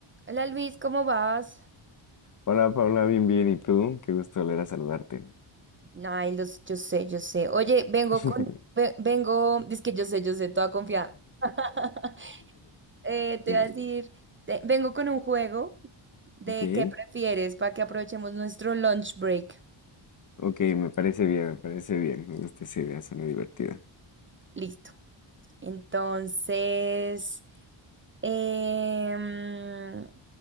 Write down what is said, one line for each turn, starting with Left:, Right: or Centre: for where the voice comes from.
Right: Hola Luis, ¿cómo vas?
Left: Hola Paula, bien, bien. ¿Y tú? Qué gusto volver a saludarte.
Right: Ay, los, yo sé, yo sé. Oye, vengo
Left: <laughs>
Right: con, ve- vengo, es que yo sé, yo sé, toda confiada. <laughs> Eh, te
Left: Dime,
Right: voy a decir, te- vengo con un juego de
Left: Ok,
Right: qué prefieres para que aprovechemos nuestro lunch break.
Left: ok, me parece bien, me parece bien. Me gusta esa idea, suena divertida.
Right: Listo. Entonces, em,